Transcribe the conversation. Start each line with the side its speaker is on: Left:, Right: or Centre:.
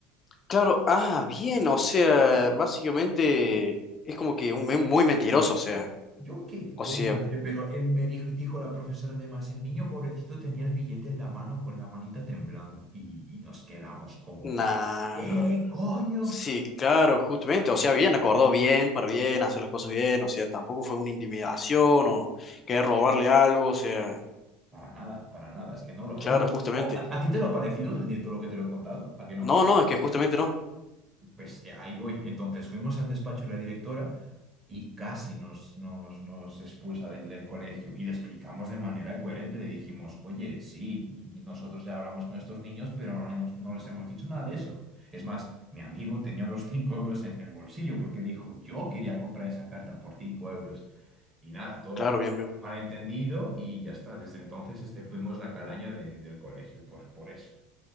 Left: Claro, ah, bien, o sea, básicamente es como que un, me- muy mentiroso, o sea,
Right: Yo qué
Left: o
Right: coño
Left: sea,
Right: sé, pero él me dijo, dijo la profesora además, el niño pobrecito tenía el billete en la mano con la manita temblando y, y nos quedamos como,
Left: nah,
Right: ¡eh,
Left: nah, nah.
Right: coño!
Left: Sí, claro, justamente, o sea, bien, acordó bien, para bien, hacer las cosas bien, o sea, tampoco fue una intimidación o querer robarle algo, o sea,
Right: Para nada, para nada, es que no lo
Left: claro,
Right: fue.
Left: justamente.
Right: O- ¿A, a ti te lo ha parecido de todo lo que te lo he contado? ¿A que no?
Left: No, no, es que justamente no,
Right: Pues eh, ahí voy. Entonces fuimos al despacho de la directora y casi nos, nos, nos expulsa del, del colegio. Y le explicamos de manera coherente, le dijimos, oye, sí, y- y nosotros ya hablamos con estos niños, pero no, le hemos- no les hemos dicho nada de eso. Es más, mi amigo tenía los 5 euros en el bolsillo porque dijo, yo quería comprar esa carta por 5 euros. Y nada, todo
Left: claro,
Right: fue
Left: bien, bien.
Right: un malentendido y ya está. Desde entonces este, fuimos la calaña de- del colegio por, por eso.